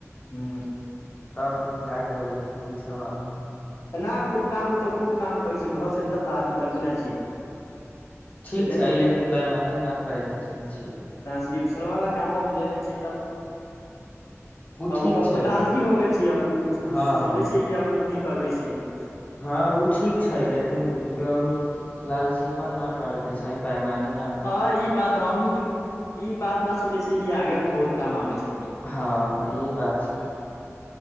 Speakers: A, on the left; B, on the left.
A: ह
B: तब हम जााक ओकरा स पूछव आहाँ
A: ना खूब काम उ तऽ खूब काम करै छै घर से तऽ बाहर निकलबे न छी
B: ठीक छै
A: अथी
B: लेकिन बैमानी नहि करयके चाही छि
A: टान्सक्रिप्शन वला कामो हम लेलै छी तब अब
B: ठीक
A: ओ कम
B: छै
A: लालची हो गेल छि अब उ
B: हँ
A: समझै
B: हँ
A: छै कि अभ हमही करबै छियै
B: हँ ओ ठीक छै लेकिन ग लालचीपन न करय के चाही बैमानी
A: हँ ई बात हम ई बात न सोचै छी कि आगा भी बहुत काम आबै छै
B: हँ ई बात छै